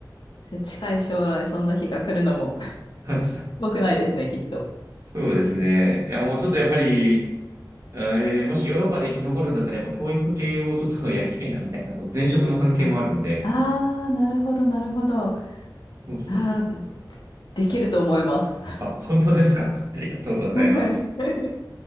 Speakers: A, on the left; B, on the right.
A: じゃあ近い将来、そんな日が来るのも <laughs>
B: <laughs>
A: 遠くないですね、きっと。
B: そうですね。いや、もうちょっとやっぱり、えーもしヨーロッパで生き残るんだったら、やっぱ教育系をちょっとやりたいな、みたいな、そう前職の関係もあるので。
A: ああー、なるほど、なるほど。あ
B: そうそうそう。
A: あ、でもできると思います。<laughs>
B: あ、本当ですか。<laughs> ありがとうございます。
A: はい